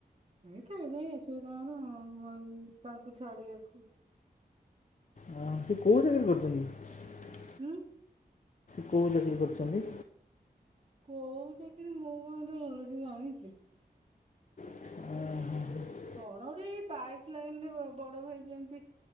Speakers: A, on the right; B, on the left.
A: <inaudible> ତାଙ୍କୁ ଛାଡିବାକୁ।
B: ହଁ ସେ କୋଉଁ ଜାଗାରେ କରିଛନ୍ତି?
A: ଉଁ।
B: କୋଉଁ ଚାକିରି କରିଚନ୍ତି?
A: କୋଉଁ ଚାକିରି ମୁଁ କଣ ଏତେ ଭଲ ସେ ଜାଣିଛି।
B: ହୁଁ - ହୁଁ।
A: କଣ ଗୋଟେ ଏଇ ପାଇପ୍ ଲାଇନ୍ ରେ ଉଁ ବଡ ଭାଇ ଯେମତି